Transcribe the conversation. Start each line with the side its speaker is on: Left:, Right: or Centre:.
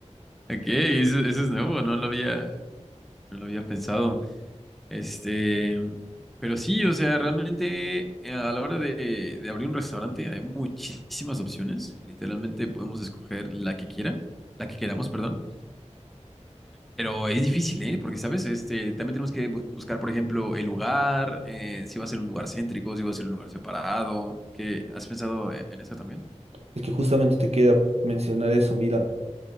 Centre: Ok, eso, eso es nuevo, no lo había, no lo había pensado. Este, pero sí, o sea, realmente eh, a la hora de, de abrir un restaurante hay muchísimas opciones. Literalmente podemos escoger la que quiera, la que queramos, perdón. Pero es difícil, ¿eh? Porque, ¿sabes? Este, también tenemos que bu- buscar, por ejemplo, el lugar, eh, si va a ser un lugar céntrico, si va a ser un lugar separado. ¿Qué? ¿Has pensado en, en eso también?
Right: Es que justamente te quería mencionar eso. Mira,